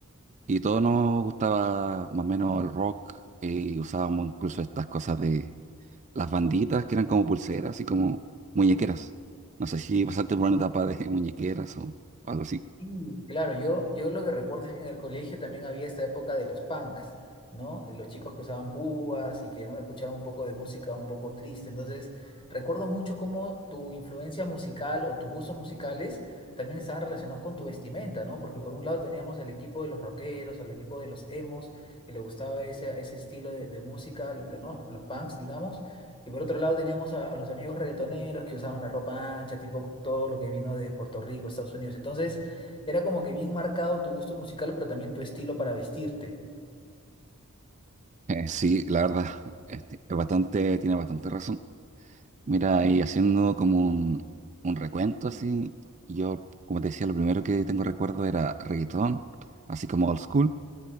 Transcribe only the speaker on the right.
y todos nos gustaba más o menos el rock, eh, y usábamos incluso estas cosas de las banditas que eran como pulseras, así como muñequeras. No sé si pasaste por una etapa de <laughs> muñequeras o, o algo así.
Eh, sí, la verdad, este, es bastante, tiene bastante razón. Mira, y haciendo como un, un recuento así, yo, como te decía, lo primero que tengo recuerdo era reggaetón, así como old school.